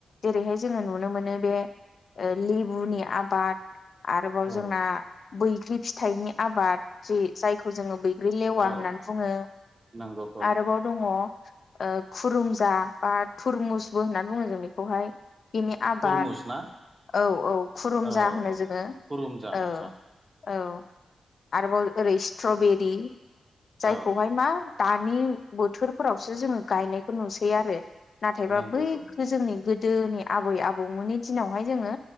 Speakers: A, on the left (about 60°); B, on the right (about 35°).
A: जेरैहाय जोङो नुनो मोनो बे ओ लिबुनि आबाद। आरोबाव
B: औ
A: जोंना बैग्रि फिथाइनि आबाद जि जायखौ जोङो बैग्रि लेवा
B: औ
A: होननानै बुङो।
B: नंगौथ'
A: आरोबाव दङ ओ खुरुमजा बा थुरमुसबो होननानै बुङो जों बेखौहाय। बिनि आबाद
B: तरमुस ना
A: औ औ खुरुमजा
B: औ औ
A: होनो
B: औ
A: जोङो
B: खुरुमजा
A: औ।
B: आदसा
A: औ आरोबाव ओरै स्ट्रबेरि जायखौहाय
B: औ
A: मा दानि बोथोरफोरावसो जोङो गायनायखौ नुसै आरो। नाथायबा
B: नंगौथ'
A: बैखौ जोंनि गोदोनि आबै आबौमोननि दिनावहाय जोङो